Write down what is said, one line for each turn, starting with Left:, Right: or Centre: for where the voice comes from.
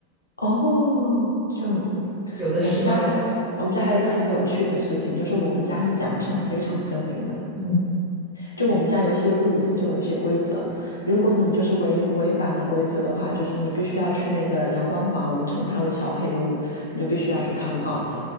Left: 哦，这样子。
Centre: <laughs> 有的时候，
Left: 我们家还，我们家还有一个很有趣的事情，就是我们家是奖惩非常分明的，
Centre: 嗯，
Left: 就我们家有一些 rules，就有一些规则。如果你就是违违反了规则的话，就是你必须要去那个阳光房，我们称它为小黑屋，你就必须要去 time out，